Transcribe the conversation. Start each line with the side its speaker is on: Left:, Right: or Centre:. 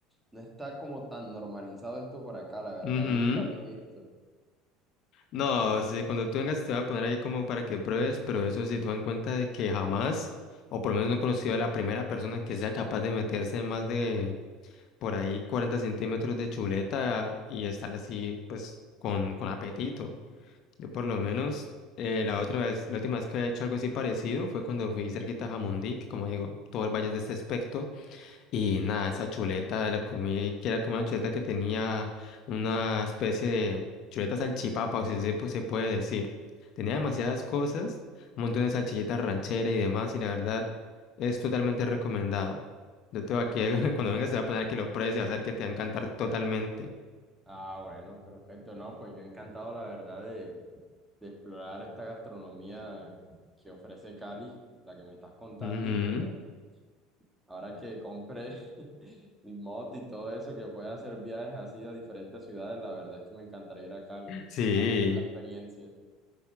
Centre: no está como tan normalizado esto por acá, la verdad,
Left: Ujú.
Centre: nunca lo he visto.
Left: No, sí, cuando tú vengas te voy a poner ahí como para que pruebes, pero eso sí, toma en cuenta de que jamás, o por lo menos no he conocido a la primera persona que sea capaz de meterse más de por ahí 40 centímetros de chuleta y estar así, pues, con, con apetito. Yo por lo menos eh, la otra vez, la última vez que había hecho algo así parecido fue cuando fui cerquita a Jamundí, que como digo, todo el valle es de este aspecto, y nada, esa chuleta la comí, que era como una chuleta que tenía una especie de chuleta salchipapa, o si así pues, se puede decir. Tenía
Centre: Claro.
Left: demasiadas cosas, un montón de salchichitas ranchera y demás, y la verdad es totalmente recomendado. Yo te voy aquí, <laughs> cuando vengas se va a poner que lo pruebes y va a hacer que te va a encantar totalmente.
Centre: Ah, bueno, perfecto. No, pues yo encantado, la verdad, de, de explorar esta gastronomía que ofrece Cali, la que me estás contando,
Left: Ujú.
Centre: y pues bueno, ahora que compré <laughs> mi moto y todo eso, que pueda hacer viajes así a diferentes ciudades, la verdad es que me encantaría ir a Cali,
Left: Sí.
Centre: a vivir la experiencia.